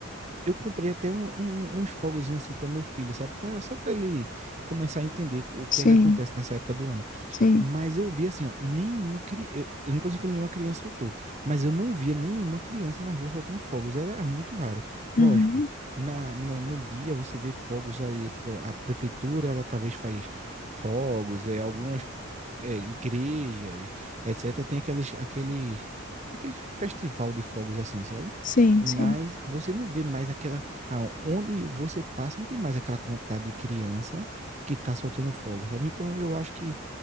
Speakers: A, on the right (about 30°); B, on the left (about 35°).
A: eu comprei até um, um- uns fogozinhos assim para meu filho, sabe? Pra, só para ele começar a entender o que
B: Sim,
A: é que acontece nessa época do ano.
B: sim.
A: Mas eu vi assim, ó, nenhuma criança. Eu, eu não tô dizendo que nenhuma criança soltou, mas eu não via nenhuma criança na rua soltando fogos. Era muito raro. Lógico,
B: Uhum.
A: na, na- no dia você vê fogos ali, tipo, a prefeitura, ela talvez faz fogos, é, algumas é, igrejas, etc., tem aqueles, aqueles, aquele festival de fogos assim, sabe?
B: Sim,
A: Mas
B: sim.
A: você não vê mais aquela. Ah, onde você passa, não tem mais aquela quantidade de criança que está soltando fogo, sabe? Então eu acho que